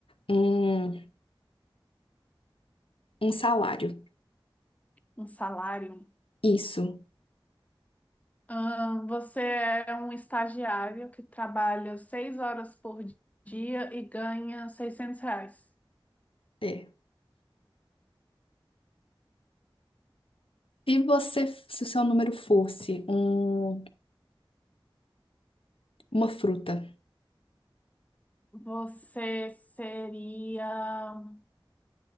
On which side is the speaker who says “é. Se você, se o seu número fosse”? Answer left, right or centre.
Left